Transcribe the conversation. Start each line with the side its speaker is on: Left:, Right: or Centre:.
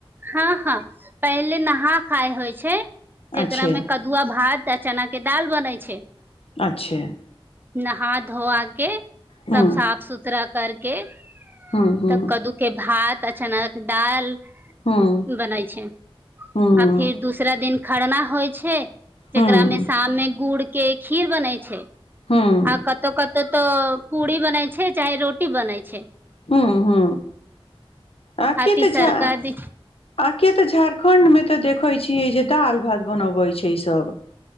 Right: हँ हँ पहिले नहा खाय होय छै जेकरा
Left: अच्छे
Right: मे क दु आ भात आ चना के दाल बनै छै
Left: अच्छा
Right: नहा धोआ के
Left: हूँ
Right: सब साफ सुथरा करके
Left: हूँ हूँ
Right: तब कद्दूके भात अ चना क दाल
Left: हूँ
Right: बनै छै
Left: हूँ
Right: आ फिर दूसरा दिन खरना होइ छे
Left: हूँ
Right: जेकरा मे शाम मे गुड़ के खीर बनै छै
Left: हूँ
Right: आ कतउकतउ तऽ पूरी बनै छै चाहे रोटी बनैत छै
Left: हू ह आ की
Right: तीसरका
Left: तऽ झ
Right: दिन
Left: आ के त झारखण्ड में तऽ देखैत छियै जे दालि भात बनबैत छै ई सब